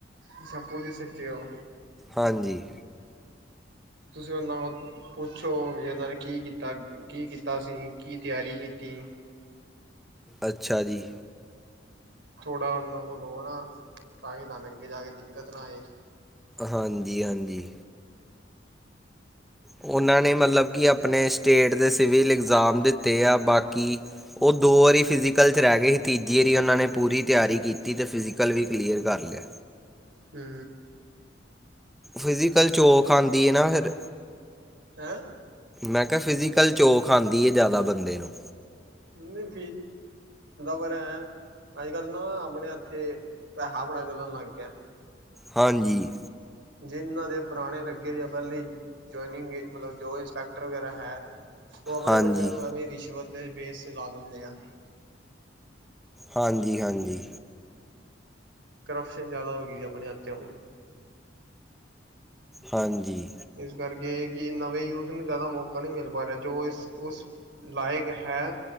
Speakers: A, on the right (about 70°); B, in the centre.
A: ਅੱਛਾ ਪੁਲਿਸ ਵਿੱਚ ਓ।
B: ਹਾਂਜੀ,
A: ਤੁਸੀਂ <unintelligible> ਪੁੱਛੋ ਵੀ ਇਹਨਾਂ ਨੇ ਕੀ ਕੀਤਾ ਕੀ ਕੀਤਾ ਸੀ ਕੀ ਤਿਆਰੀ ਕੀਤੀ।
B: ਅੱਛਾ ਜੀ।
A: ਥੋੜਾ ਉਹਨਾਂ ਕੋਲ ਓ ਨਾ ਤਾਂ ਕਿ ਤਾਂ ਕੇ ਅੱਗੇ ਜਾ ਕੇ ਦਿੱਕਤ ਨਾ ਆਏ।
B: ਹਾਂਜੀ-ਹਾਂਜੀ। ਉਹਨਾਂ ਨੇ ਮਤਲਬ ਕਿ ਆਪਣੇ ਸਟੇਟ ਦੇ ਸਿਵਲ ਇਗਜ਼ਾਮ ਦਿੱਤੇ ਆ ਬਾਕੀ ਉਹ ਦੋ ਵਾਰੀ ਫਿਜ਼ੀਕਲ 'ਚ ਰਹਿ ਗਏ ਸੀ ਤੀਜੀ ਵਾਰੀ ਉਹਨਾਂ ਨੇ ਪੂਰੀ ਤਿਆਰੀ ਕੀਤੀ ਤੇ ਫਿਜ਼ੀਕਲ ਵੀ ਕਲੀਅਰ ਕਰ ਲਿਆ।
A: ਹੂੰ,
B: ਫਿਜ਼ੀਕਲ ਚ ਔਖ ਆਂਦੀ ਨਾ ਫਿਰ।
A: ਹੈ।
B: ਮੈਂ ਕਿਹਾ ਫਿਜ਼ੀਕਲ ਚ ਔਖ ਆਂਦੀ ਐ ਜ਼ਿਆਦਾ ਬੰਦੇ ਨੂੰ।
A: ਨਹੀਂ <unintelligible> ਪਰ ਐ ਅੱਜ ਕੱਲ ਨਾ ਆਪਣੇ ਹੱਥੇ ਥਾਪੜਾ ਚੱਲਣ ਲੱਗ ਗਿਆ।
B: ਹਾਂਜੀ,
A: ਜਿਨਾਂ ਦੇ ਪੁਰਾਣੇ ਲੱਗੇ ਦੇ ਪਹਿਲਾ ਹੀ ਜਆਇਨਿੰਗ ਮਤਲਬ ਜੋ ਇੰਸਪੈਕਟਰ ਵਗੈਰਾ ਹੈ। ਉਹ ਆਪਣੇ
B: ਹਾਂਜੀ
A: ਬੱਚਿਆਂ ਨੂੰ ਐਵੇਂ ਰਿਸ਼ਵਤ ਦੇ ਵੇਸ ਚ ਲਾ ਦਿੰਦੇ ਆ।
B: ਹਾਂਜੀ ਹਾਂਜੀ।
A: ਕਰਪਸ਼ਨ ਜ਼ਿਆਦਾ ਹੋ ਗਈ ਜੀ ਆਪਣੇ ਹੱਥ ਹੁਣ।
B: ਹਾਂਜੀ।
A: ਇਸ ਕਰਕੇ ਕਿ ਨਵੇਂ ਯੂਥ ਨੂੰ ਜ਼ਿਆਦਾ ਮੌਕਾ ਨਹੀਂ ਮਿਲ ਪਾ ਰਿਹਾ। ਜੋ ਇਸ ਉਸ ਲਾਇਕ ਹੈ।